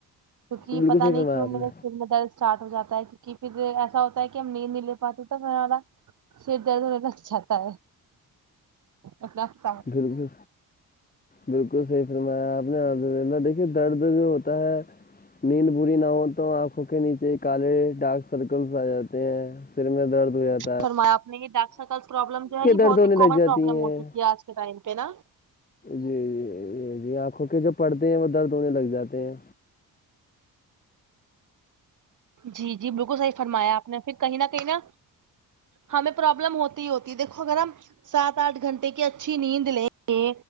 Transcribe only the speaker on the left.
بالکل
صحیح
فرمایا
آپ نے
بالکل بالکل صحیح فرمایا آپ <unintelligible> دیکھیے درد جو ہوتا ہے نیند بوری نہ ہو تو آنکھوں کے نیچے کالے ڈارک سرکلس آ جاتے ہیں سر میں درد ہویا تھا
درد
ہونے
لگ
جاتی
ہیں
جی جی جی آنکھوں کے جو پڑتے ہیں وہ درد ہونے لگ جاتے ہیں